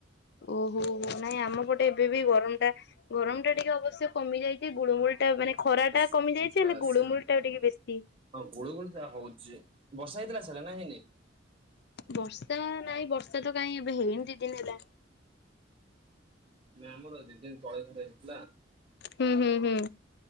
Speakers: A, on the left; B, on the right.
A: ଓହୋ ହୋ ନାଇଁ ଆମ ପଟେ ଏବେ ବି ଗରମଟା ଗରମଟା ଟିକେ ଅବଶ୍ୟ କମି ଯାଇଛି। ଏ ଗୁଳମୁଳ ଟା ମାନେ ଖରା
B: ହଁ
A: ଟା କମି ଯାଇଚି ହେଲେ
B: ହଁ
A: ଗୁଳୁମୁଳ
B: ସେ
A: ଟା ଟିକେ ବେଶୀ।
B: ହଁ ଗୁଳୁ ଗୁଳି ତ ହଉଚି। ବର୍ଷା ହେଇଥିଲା ସିଆଡେ ନା ହେଇନି?
A: ବର୍ଷା ନାଇଁ ବର୍ଷା ତ କାଇହିଁ ଏବେ ହେଇନି ଦିଦିନ ହେଲା
B: ନା ଆମର ଦି ଦିନ <unintelligible> ହେଇଥିଲା
A: ହୁଁ ହୁଁ ହୁଁ।